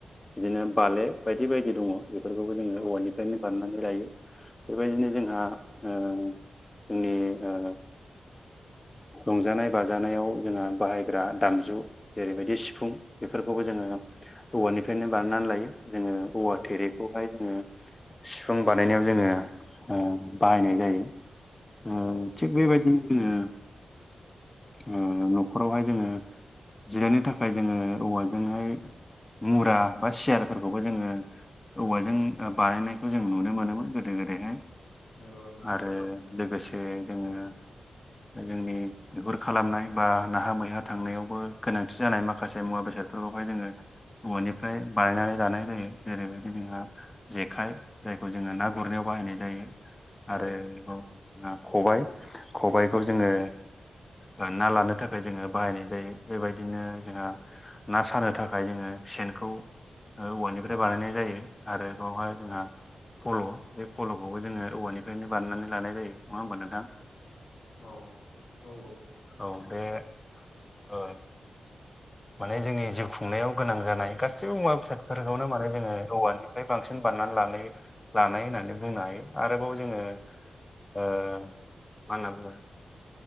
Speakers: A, on the left; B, on the left.
A: बिदिनो बालेब बायदि बायदि दङ' बेफोरखौबो जोङो
B: औ
A: औवानि फ्रायनो बानायनानै लायो। बेबायदिनो जोंहा ओ जोंनि ओ रंजानाय बाजानायाव जोंहा बाहायग्रा दामजु जेरैबायदि सिफुं बेफोरखौबो जोङो औवानिफ्रायनो बानायनानै लायो जोङो औवा
B: औ
A: थेरिब खौहाय जोङो सिफुं बानायनायाव जोङो ओ बाहायनाय जायो। ओ
B: औ
A: थिग बेबायदिनो जोङो ओ न'खरावहाय जोङो जिरायनो थाखाय जोङो औवाजोंहाय मुरा बा सियारफोरखौबो जोङो औवाजों ओ बानायनायखौ जों नुनो मोनोमोन गोदो गोदायहाय।
B: नंगौ नंगौ
A: आरो लोगोसे जोङो जोंनि मैहुर खालामनाय बा नाहा मैहा थांनायावबो गोनांथि जानाय माखासे मुवा बेसादफोरखौहाय जोङो औवानिफ्राय बानायनानै लानाय जायो जेरैबायदि जोंहा जेखाइ जायखौ जोङो ना गुरनायाव बाहायनाय जायो।
B: औ
A: आरोबाव जोंहा खबाय खबायखौ जोङो ओ ना लानो थाखाय जोङो बाहायनाय जायो। बेबायदिनो जोंहा ना सानो थाखाय जोंनो सेनखौ ओ औवानिफ्राय बानायनाय जायो आरो बेवहाय जोंहा फल' बे फल'खौबो जोङो औवानिफ्रायनो बानायनानै लानाय जायो नङा होमबा नोंथां।
B: औ औ औ।
A: औ बे ओ माने जोंनि जिउ खुंनायाव गोनां जानाय गासैबो मुवा बेसादफोरखौनो माने जोङो औवानि फ्राय बांसिन बानायनानै लानाय लानाय होननानै बुंनो हायो आरोबाव जोङो ओ मा होनना बुंङो।